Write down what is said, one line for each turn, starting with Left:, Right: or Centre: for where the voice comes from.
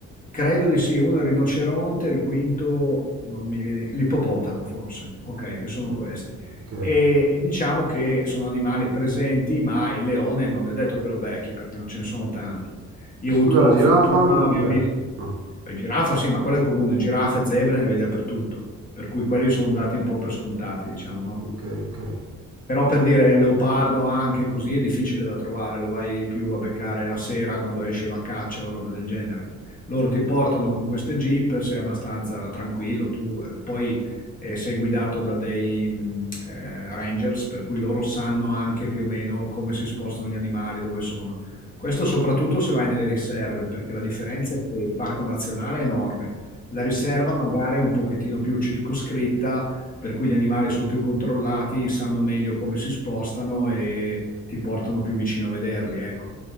Left: Credo di sì, uno è il rinoceronte, il quinto non mi viene, l'ippopotamo forse. Ok, sono questi.
Right: ok.
Left: E, e diciamo che sono animali presenti, ma il leone non è detto che lo becchi perché non ce ne sono tanti. Io
Right: Eh, Scusa,
Left: ho avuto
Right: la giraffa?
Left: fortuna,
Right: Non
Left: abbiamo
Right: c'è?
Left: visto.
Right: No,
Left: eh, Giraffa, sì, ma quella è comune, giraffe, zebre ne vedi dappertutto, per cui quelli sono dati un po' per scontati, diciamo, no?
Right: ok, ok.
Left: Però per dire leopardo anche così è difficile da trovare, lo vai più a beccare la sera quando esce va a caccia o roba del genere. Loro ti portano con queste jeep, sei abbastanza tranquillo, tu eh, poi eh, sei guidato da dei mh, eh, rangers, per cui loro sanno anche più o meno come si spostano gli animali, dove sono. Questo soprattutto se vai nelle riserve, perché la differenza è che il parco nazionale è enorme. La riserva magari è un pochettino più circoscritta, per cui gli animali sono più controllati, sanno meglio come si spostano e ti portano più vicino a vederli, ecco.